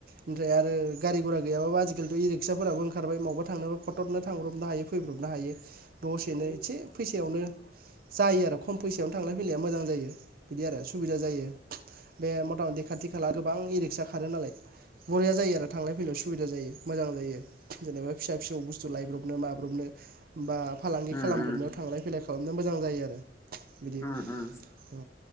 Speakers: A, on the right (about 55°); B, on the left (about 15°).
A: ओमफ्राय आरो गारि गुरा गैयाबाबो आजिखालि इ रिक्साफोराबो ओंखारबाय मौबा थांनोबा फट'टनो थांब्रबनो हायो फैब्रबनो हायो। दसेनो
B: औ
A: एसे फैसायावनो जायो आरो खम फैसायावनो
B: उम
A: थांलाय फैलाया मोजां जायो बिदि आरो सुबिदा जायो। बे मथा मथि खाथि खाला गोबां इरि फैसा खारो नालाय। बरिया जायो आरो थांलाय फैलाय सुबिदा जायो। मोजां जायो जेनेबा फिसा फिसौ बुस्थु लायब्रबनो माब्रबनो बा फालांगि खालामब्रबनायाव
B: उम
A: थांलाय फैलाय खालामनो मोजां जायो आरो बिदि
B: उम उम
A: ओ